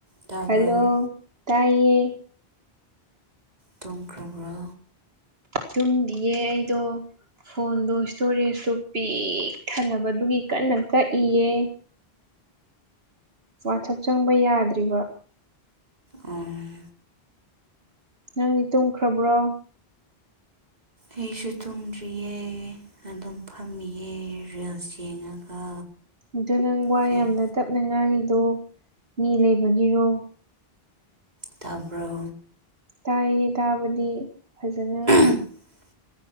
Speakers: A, on the right; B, on the right.
A: ꯇꯥꯕ꯭ꯔꯣ
B: hello ꯇꯥꯏꯌꯦ
A: ꯇꯨꯝꯈ꯭ꯔꯕ꯭ꯔꯣ
B: ꯇꯨꯝꯗꯤꯌꯦ ꯑꯩꯗꯣ ꯐꯣꯟꯗꯣ ꯁ꯭ꯇꯣꯔꯦꯖꯇꯣ ꯄꯤꯛ ꯊꯜꯂꯕ ꯑꯗꯨꯒꯤ ꯀꯟꯅ ꯀꯛꯏꯌꯦ ꯋꯥꯠꯆꯞ ꯆꯪꯕ ꯌꯥꯗ꯭ꯔꯤꯕ
A: ꯑꯣꯝ
B: ꯅꯪꯗꯤ ꯇꯨꯝꯈ꯭ꯔꯕ꯭ꯔꯣ
A: ꯑꯩꯁꯨ ꯇꯨꯝꯗ꯭ꯔꯤꯌꯦ ꯑꯗꯨꯝ ꯐꯝꯃꯤꯌꯦ ꯔꯤꯜꯁ ꯌꯦꯡꯉꯒ
B: ꯑꯗꯨ ꯅꯪ ꯋꯥ
A: ꯐꯦꯛ
B: ꯌꯥꯝꯅ ꯇꯞꯅ ꯉꯥꯡꯉꯤꯗꯣ ꯃꯤ ꯂꯩꯕꯒꯤꯔꯣ
A: ꯇꯥꯕ꯭ꯔꯣ
B: ꯇꯥꯏꯌꯦ ꯇꯥꯕꯗꯤ ꯐꯖꯅ
A: <unintelligible>